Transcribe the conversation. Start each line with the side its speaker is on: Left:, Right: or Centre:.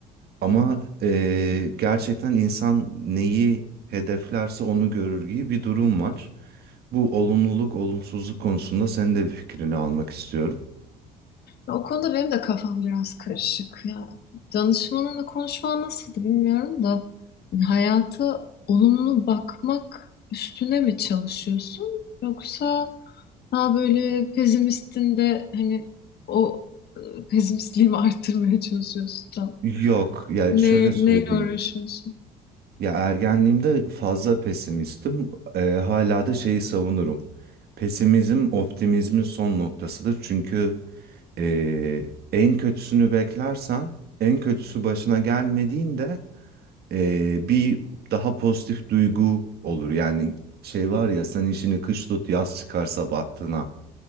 Right: Ama eee, gerçekten insan neyi hedeflerse onu görür gibi bir durum var. Bu olumluluk, olumsuzluk konusunda senin de bir fikrini almak istiyorum.
Left: O konuda benim de kafam biraz karışık. Ya, danışmanınla konuşman nasıldı bilmiyorum da yani hayata olumlu bakmak üstüne mi çalışıyorsun yoksa daha böyle pesimistin de hani o e, pesimistliğimi <laughs> arttırmaya çalışıyorsun tam.
Right: Yok, yani
Left: Ne,
Right: şöyle söyleyeyim.
Left: neyle uğraşıyorsun?
Right: Ya ergenliğimde fazla pesimistim. Eee, hala da şeyi savunurum. Pesimizm optimizmin son noktasıdır. Çünkü eee, en kötüsünü beklersen, en kötüsü başına gelmediğinde eee, bir daha pozitif duygu olur. Yani şey var ya sen işini kış tut yaz çıkar sabahtına.